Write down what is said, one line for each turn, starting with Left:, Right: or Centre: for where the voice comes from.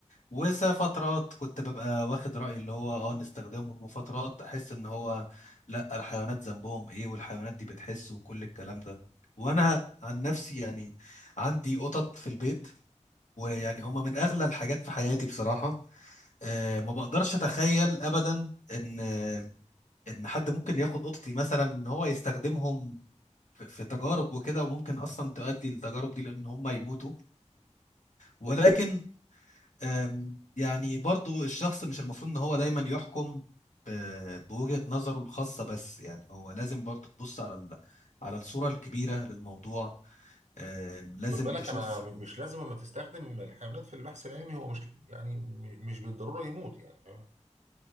Left: وفترات كنت ببقى واخد رأيي اللي هو اه نستخدمهم وفترات احس ان هو لا الحيوانات ذنبهم ايه والحيوانات دي بتحس وكل الكلام ده وانا عن نفسي يعني عندي قطط في البيت ويعني
Right: مم.
Left: هما من اغلى الحاجات في حياتي بصراحة أه ما بقدرش اتخيل ابدا ان آه، ان حد ممكن ياخد قطتي مثلا ان هو يستخدمهم في في تجارب وكده وممكن اصلا تؤدي للتجارب دي لان هما يموتوا ولكن أم، يعني برضو الشخص مش المفروض ان هو دايما يحكم ب- بوجهة نظره الخاصة بس يعني هو لازم برضو تبص على ال- على الصورة الكبيرة للموضوع أم، لازم
Right: خد بالك
Left: تشوف
Right: انا م- مش لازم اما تستخدم الحيوانات في البحث العلمي هو مش يعني م- مش بالضرورة يموت يعني فاهم